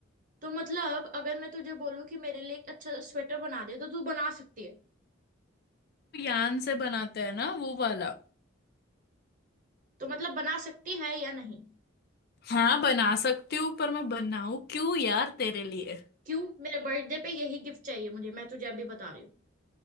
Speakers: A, on the right (about 40°); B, on the left (about 50°).
A: तो मतलब अगर मैं तुझे बोलूं कि मेरे लिए एक अच्छा स्वेटर बना दे तो तू बना सकती है
B: यान से बनाते हैं ना वो वाला
A: तो मतलब बना सकती है या नहीं
B: हाँ बना सकती हूँ पर मैं बनाऊँ क्यों यार तेरे लिए
A: क्यों मेरे बर्थडे पे यही गिफ्ट चाहिए मुझे मैं तुझे अभी बता रही